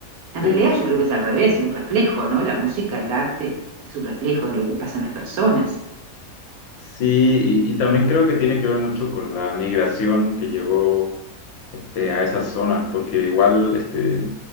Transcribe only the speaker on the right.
En
realidad yo creo que es al revés, es un reflejo, ¿no? La música, el arte, es un reflejo de lo que pasa en las personas.